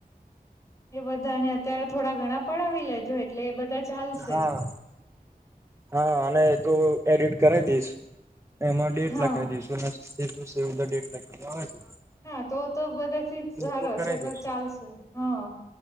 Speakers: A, on the left; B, on the right.
A: એ બધા ને અત્યારે થોડા ઘણા પડાવી લેજો એટલે એ બધા. ચાલશે
B: હા હા અને તો એડિટ કરાવી દઈશ એમાં ડેટ
A: હા
B: લખી દઈશ અને બધા ડેટ લખી છે.
A: હા તો તો બધાથી સરસ
B: એ કરાવી
A: તો
B: દઈશું
A: ચાલશે હા